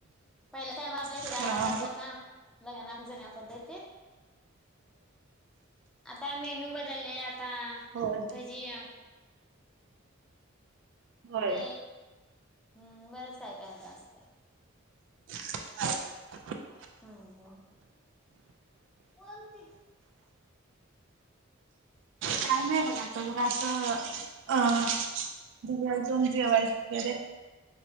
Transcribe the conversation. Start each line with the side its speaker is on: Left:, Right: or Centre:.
Centre: पहिल्या टाईम आपल्या शिरा,
Right: हा
Centre: भात, असायच लग्नात जुन्या पद्धतीत. आता मेनू बदलले आता
Right: होय होय
Centre: भजी. <inaudible>
Right: होय.
Centre: ते हूं बरच काय काय आता असतय
Right: <inaudible>
Centre: हूं! बोलती.
Right: टाईम आहे बघात तर मग असं अं दिव्या जेऊन जेवायचे वगैरे.